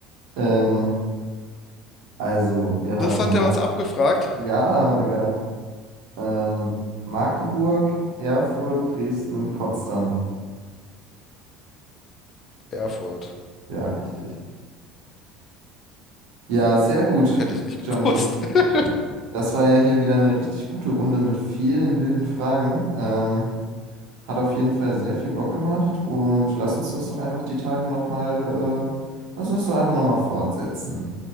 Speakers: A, on the right (about 75°); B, on the left (about 40°).
A: Ähm, also, wir haben,
B: Das hat
A: Ma
B: er uns abgefragt.
A: ja, Digga, ähm, Magdeburg, Erfurt, Dresden, Potsdam.
B: Erfurt.
A: Ja, richtig. Ja, sehr gut,
B: Hätte ich nicht
A: Johnny.
B: gewusst. <laughs>
A: Das war ja hier wieder eine richtig gute Runde mit vielen wilden Fragen. Ähm, hat auf jeden Fall sehr viel Bock gemacht und lass uns das doch einfach die Tage nochmal, äh, lass uns das doch einfach nochmal fortsetzen.